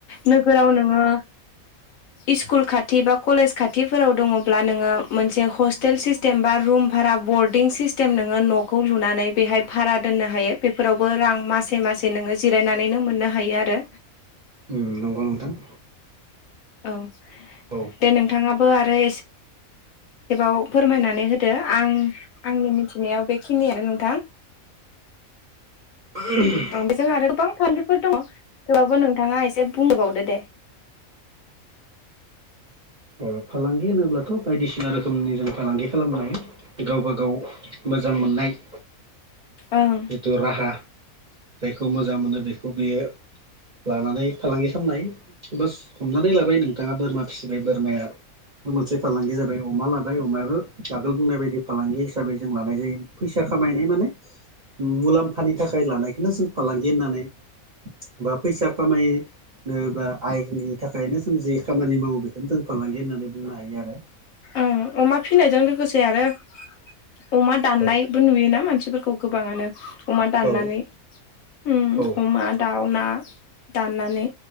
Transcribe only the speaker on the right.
<inaudible>
उम नंगौ नोंथां।
औ।
उम।
ओ फालांगि होनोब्लाथ' बायदिसिना रोखोमनि जों फालांगि खालामनो हायो। गावबागाव मोजां मोननाय।
जिथु राहा जायखौ मोजां मोनो बेखौ बेयो। लानानै फालांगि खालामनो हायो बास हमनानै लाबाय नोंथाङा बोरमा फिसिबाय बोरमाया। बे मोनसे फालांगिया जाबाय अमा लाबाय अमायाबो आगोल बुंनाय बायदि फालांगि हिसाबै जों लानाय जायो। फैसा खामायनाय माने। मुलाम्फानि थाखाय लानायखौनो जों फालांगि होननानै बा फैसा खामाय। नो बा आइननि थाखायनो जों जि खामानि मावो बेखौनो जों फालांगि होननानै बुंनो हायो आरो।
औ
औ
औ